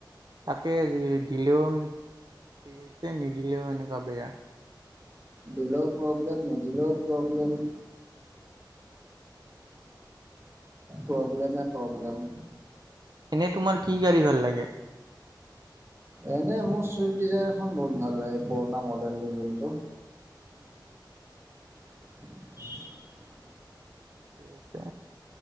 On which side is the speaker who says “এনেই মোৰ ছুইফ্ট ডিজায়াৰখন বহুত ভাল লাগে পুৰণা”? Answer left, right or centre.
Right